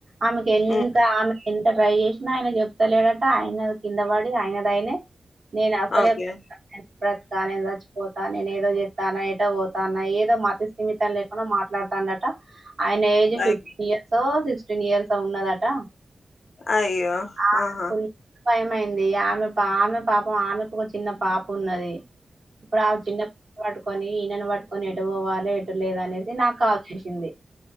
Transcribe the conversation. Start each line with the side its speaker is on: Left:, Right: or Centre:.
Right: ఆమెకు ఎంత
Left: ఉమ్
Right: ఆమె ఎంత ట్రై చేసినా ఆయన చెప్తలేడట ఆయన కింద పడి ఆయనదైనే నేను అసలే
Left: ఓకే
Right: బ్రత నేను బ్రతకా చచ్చిపోతా నేను ఏదో చే తన ఎటో పోతాన్నయ్ ఏదో మతిస్థమితం లేకుండా మాట్లాడతాండట ఆయన ఏజ్
Left: అయ్
Right: ఫిఫ్టీ ఇయర్స్ ఓ సిక్స్టీన్ ఇయర్స్ ఉన్నదట
Left: అయ్యో
Right: ఆ
Left: ఆహా
Right: కున్ భయమైంది దెయ్య ఆమె పా ఆమె పాపం ఆమెకు ఒక చిన్న పాప ఉన్నది ఇప్పుడు ఆ చిన్న పట్టుకొని ఈయనెను పట్టుకొని ఎటు పోవాలి ఎటు లేదు అనేది నాకు కాల్ చేసింది